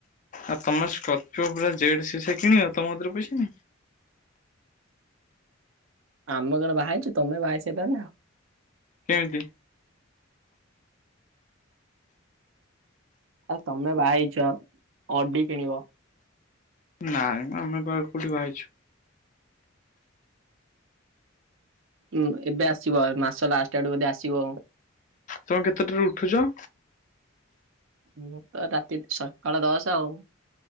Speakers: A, on the left; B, on the right.
A: ଆଉ ତମର କର୍ପ ପୁରା ଜେଡ ସେ ସେ କିଣିବ ତମଧରେ ପଇସା ନି
B: ଆମ କଣ ବାହାିଛୁ ତମେ ବାହିଛ ତ ଆଉ
A: କେମିତି
B: ଆରେ ତମ ଭ ଇଛ ଅଡି କିଣିବ
A: ନାଇଁ ଆମେ ବାହାର କୋଠି ବାାଇଛୁ
B: ଁ ଏବେ ଆସିବ ମାସ ଲାଷ୍ଟ ଆଡୁ ବୋଧେ ଆସିବ ଆ
A: ତମେ କେତେଟାରୁ ଉଠୁଛ
B: ମୁଁ ତ ରାତି ସକାଳ ଦଶ ଆଉ